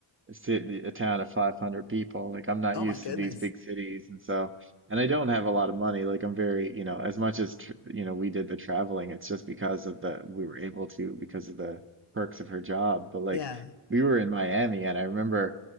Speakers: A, on the right; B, on the left.
A: city, a town of 500 people. Like I'm not
B: oh
A: used
B: my goodness.
A: to these big cities, and so and I don't have a lot of money. Like I'm very, you know, as much as tr you know, we did the traveling. It's just because of the we were able to because of the perks of her job. But like
B: Yeah.
A: we were in Miami, and I remember.